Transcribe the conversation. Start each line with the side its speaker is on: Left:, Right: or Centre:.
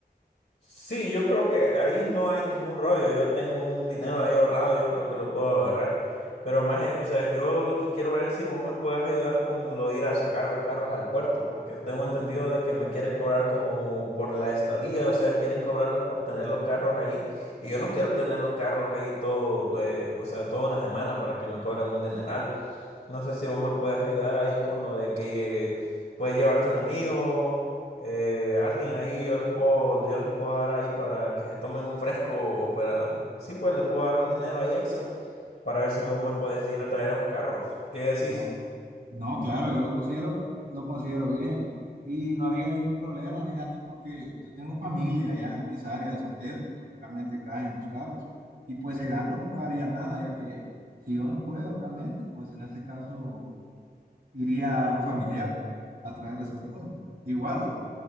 Left: Sí, yo creo que ahí no hay ningún rollo. Yo tengo un dinero ahí ahorrado, yo creo que lo puedo agarrar. Pero más, eh, o sea, yo lo que quiero ver es si vos me puedes ayudar con lo de ir a sacar los carros al puerto, porque tengo entendido de que me quieren cobrar como por la estadía, o sea, quieren cobrarme por tener los carros ahí. Y yo no quiero tener los carros ahí todo, eh, o sea, toda una semana para que me cobren un dineral. No sé si vos me puedes ayudar ahí con lo de que eh, puedes llevarte un amigo eh, alguien ahí yo les puedo, yo les puedo dar ahí para que se tomen un fresco o para, sí, pues les puedo dar un dinero ahí extra para ver si me, me puedes ir a traer esos carros. ¿Qué decís?
Right: ¿no? No, claro, yo lo considero, lo considero bien. Y no había ningún problema, fíjate, porque yo tengo familia allá en esa área de San Pedro, donde realmente caen los carros. Y pues llegando no pagaría nada, ya que si yo no puedo realmente, pues en ese caso iría a un familiar a traer esas cosas. Igual,